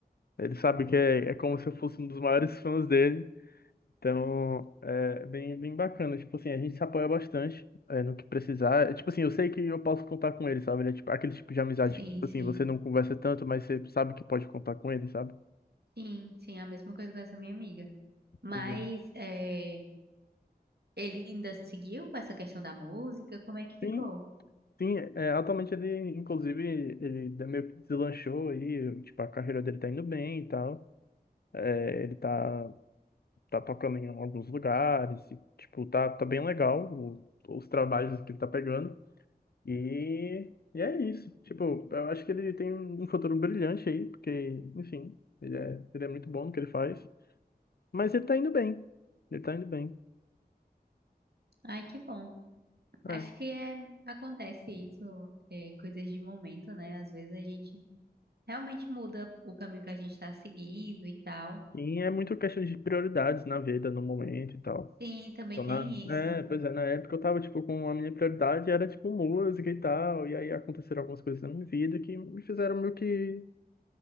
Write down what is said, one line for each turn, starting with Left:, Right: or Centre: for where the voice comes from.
Left: ele sabe que é, é como se eu fosse um dos maiores fãs dele. Então, é bem, bem bacana. Tipo assim, a gente se apoia bastante é, no que precisar. É, Tipo assim, eu sei que eu posso contar com ele, sabe? Ele é tipo, aquele tipo de amizade
Right: Sim,
Left: que, tipo
Right: sim.
Left: assim, você não conversa tanto, mas você sabe que pode contar com ele, sabe?
Right: Sim, sim, a mesma coisa com essa minha amiga. Mas
Left: Uhum.
Right: é, ele ainda seguiu com essa questão da música? Como é que ficou?
Left: Sim, sim. É, atualmente ele, inclusive, ele meio que deslanchou aí. Tipo, a carreira dele tá indo bem e tal. É, ele tá, tá tocando em alguns lugares. e, tipo, tá, tá bem legal o- os trabalhos que ele tá pegando. E, e é isso. Tipo, eu acho que ele tem um futuro brilhante aí, porque, enfim, ele é, ele é muito bom no que ele faz. Mas ele tá indo bem. Ele tá indo bem.
Right: Ai, que bom. Acho
Left: É.
Right: que é, acontece isso, é, coisas de momento, né? Às vezes a gente realmente muda o caminho que a gente está seguindo e tal.
Left: E é muito questão de prioridades na vida, no momento e tal.
Right: Sim, também
Left: Então,
Right: tem
Left: na,
Right: isso.
Left: é, pois é, na época eu tava, tipo, com a minha prioridade era, tipo, música e tal. E aí aconteceram algumas coisas na minha vida que me fizeram meio que,